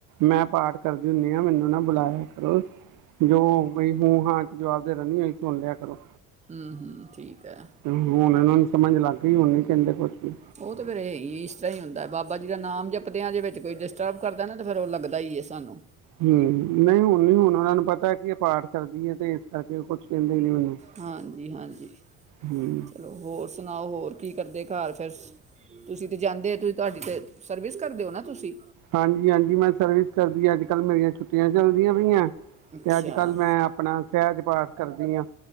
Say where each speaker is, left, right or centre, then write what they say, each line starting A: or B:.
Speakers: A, on the right; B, on the right.
A: ਮੈਂ ਪਾਠ ਕਰ ਹੁੰਨੀ ਆ ਮੈਨੂੰ ਨਾ ਬੁਲਾਇਆ ਕਰੋ ' <inaudible> ' ਜੋ ਬਈ ਹੂੰ-ਹਾਂ ਜੋ ਆਪਦੇ ' <unintelligible> ' ਸੁਣ ਲਿਆ ਕਰੋ।
B: ਹਮ-ਹਮ ਠੀਕ ਐ।
A: ਹੁਣ ਇਹਨਾਂ ਨੂੰ ਸਮਝ ਲੱਗ ਗਈ ਹੁਣੀ ਕਹਿੰਦੇ ਕੁਛ ਵੀ
B: ਉਹ ਤਾਂ ਫਿਰ ਇਹੀ ਇਸ ਤਰ੍ਹਾਂ ਹੀ ਹੁੰਦਾ ਬਾਬਾ ਜੀ ਦਾ ਨਾਮ ਜਪਦਿਆਂ ਜੇ ਵਿੱਚ ਕੋਈ ਡਿਸਟਰਬ ਕਰਦਾ ਨਾ ਤਾਂ ਫਿਰ ਉਹ ਲੱਗਦਾ ਹੀ ਇਸ ਤੁਹਾਨੂੰ।
A: ਹਮ, ਨਹੀਂ ਹੁਣ ਨਹੀਂ ਹੋਣਾ ਉਹਨਾ ਨੂੰ ਪਤਾ ਕਿ ਇਹ ਪਾਠ ਕਰਦੀ ਹੈ ਤੇ ਇਸ ਕਰਕੇ ਕੁਛ ਕਹਿੰਦੇ ਨੀ ਉਹਨੂੰ
B: ਹਾਂਜੀ ਹਾਂ। ਹਾਂਜੀ।
A: ਹਮ।
B: ਚਲੋ ਹੋਰ ਸੁਣਾਓ, ਹੋਰ। ਕੀ ਕਰਦੇ ਘਰ ਫਿਰ <unintelligible> ਤੁਸੀਂ ਤਾਂ ਜਾਂਦੇ ਤੁਸੀਂ ਤੁਹਾਡੀ ਤਾਂ ਸਰਵਿਸ ਕਰ ਦਿਓ ਨਾ ਤੁਸੀਂ?
A: ਹਾਂਜੀ-ਹਾਂਜੀ ਮੈਂ ਸਰਵਿਸ ਕਰਦੀ ਆਂ ਅੱਜ-ਕੱਲ੍ਹ ਮੇਰੀਆਂ ਛੁੱਟੀਆਂ ਚੱਲਦੀਆਂ ਪਈਆਂ ' <inaudible> '
B: ਅੱਛਾ
A: ਤੇ ਅੱਜ-ਕੱਲ ਮੈਂ ਆਪਣਾ ਸਹਿਜ ਪਾਠ ਕਰਦੀ ਆ।